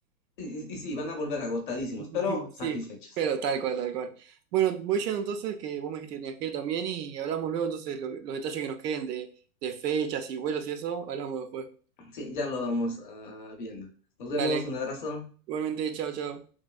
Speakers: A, on the left; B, on the right.
A: Y, y y sí, van a volver agotadísimos,
B: <laughs>
A: pero satisfechos.
B: Sí, pero tal cual, tal cual. Bueno, voy yendo entonces, que vos me dijiste que tenías que ir también y hablamos luego entonces lo- los detalles que nos queden de, de fechas y vuelos y eso, hablamos después.
A: Sí, ya lo vamos ah, viendo. Nos
B: Dale,
A: vemos, un abrazo.
B: igualmente, chao, chao.